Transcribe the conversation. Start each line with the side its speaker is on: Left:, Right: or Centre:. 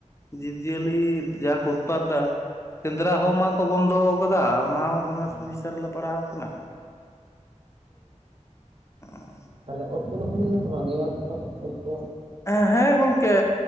Left: ᱡᱤᱵ-ᱡᱤᱭᱟᱹᱞᱤ ᱡᱟ ᱠᱚ ᱩᱛᱯᱟᱛ ᱫᱟ, ᱥᱮᱸᱫᱽᱨᱟ ᱦᱚᱸ ᱢᱟᱠᱚ ᱵᱚᱱᱫᱚ ᱟᱠᱟᱫᱟ ᱟᱨ ᱚᱱᱟ ᱫᱚᱢᱮ ᱥᱚᱢᱚᱥᱥᱟ
Right: ᱦᱮᱸ
Left: ᱨᱮᱞᱮ ᱯᱟᱲᱟᱣ ᱠᱟᱱᱟ, <unintelligible>
Right: ᱛᱟᱞᱦᱮ ᱩᱫᱽ ᱠᱚᱫᱚ ᱦᱩᱭ ᱞᱮᱱᱟ ᱥᱮ ᱵᱟᱝ ᱱᱤᱭᱟᱹ ᱵᱟᱨ ᱫᱚ ᱛᱟᱞᱦᱮ ᱩᱫᱽ ᱠᱚ?
Left: ᱮᱸ ᱦᱮᱸ ᱜᱚᱝᱠᱮ